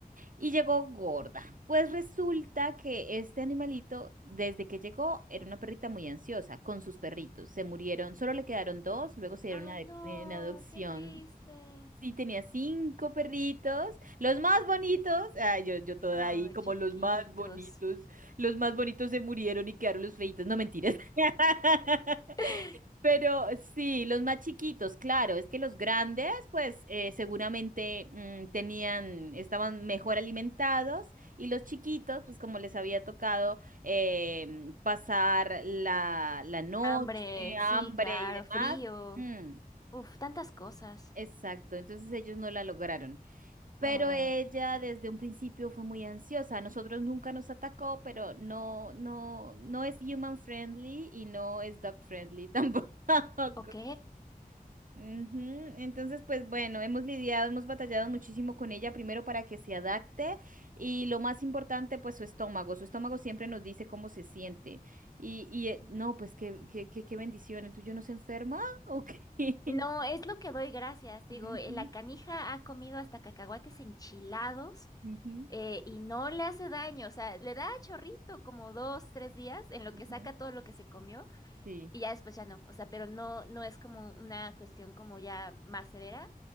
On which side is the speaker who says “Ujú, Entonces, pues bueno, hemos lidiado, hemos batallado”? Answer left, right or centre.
Right